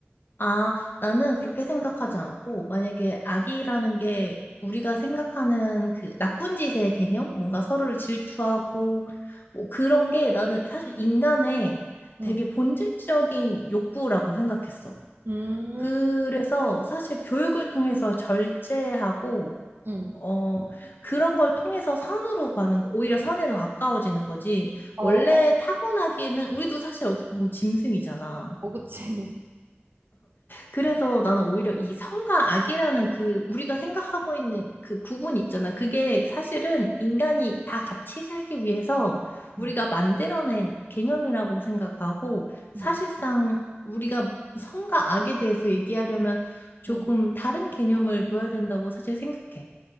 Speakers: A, on the left; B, on the right.
A: 아, 나는 그렇게 생각하지 않고, 만약에 악이라는 게 우리가 생각하는 그 나쁜 짓의 개념? 뭔가 서로를 질투하고, 뭐 그런 게 나는 사실 인간의
B: 응.
A: 되게 본질적인 욕구라고 생각했어.
B: 음,
A: 그래서 사실 교육을 통해서 절제하고,
B: 응.
A: 어, 그런 걸 통해서 선으로 가는 거, 오히려 선에 더 가까워지는 거지.
B: 어,
A: 원래 타고나기는, 우리도 사실 어떻게 보면 짐승이잖아.
B: 어, 그치.
A: 그래서 나는 오히려 이 성과 악이라는 그 우리가 생각하고 있는 그 구분 있잖아. 그게 사실은 인간이 다 같이 살기 위해서
B: <laughs>
A: 우리가
B: 응,
A: 만들어낸 개념이라고 생각하고 사실상
B: 응,
A: 우리가 성과 악에 대해서 얘기하려면 조금
B: 응.
A: 다른 개념을 둬야 된다고 사실 생각해.